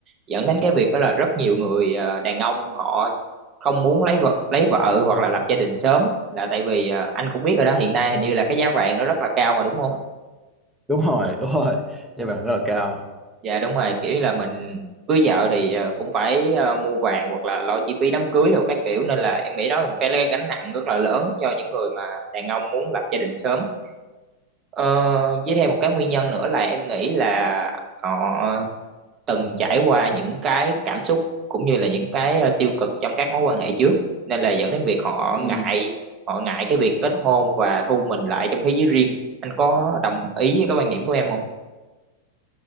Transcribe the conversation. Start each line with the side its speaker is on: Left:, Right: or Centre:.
Right: dẫn đến cái việc đó là rất nhiều người ờ, đàn ông họ không muốn lấy vợ lấy vợ hoặc là lập gia đình sớm là tại vì ờ, anh cũng biết rồi đó hiện nay hình như là cái giá vàng nó rất là cao mà đúng không
Centre: đúng rồi đúng rồi giá vàng rất là cao
Right: dạ đúng rồi kiểu như là mình cưới vợ thì ờ, cũng phải ờ, mua vàng hoặc là lo chi phí đám cưới đồ các kiểu nên là em nghĩ đó là một cái gánh nặng rất là lớn cho những người mà đàn ông muốn lập gia đình sớm ờ, với thêm một cái nguyên nhân nữa là em nghĩ là họ từng trải qua những cái cảm xúc cũng như là những cái ờ, tiêu cực trong các mối quan hệ trước nên là dẫn đến việc họ
Centre: Ừ.
Right: ngại họ ngại cái việc kết hôn và thu mình lại trong thế giới riêng anh có đồng ý với cái quan điểm của em không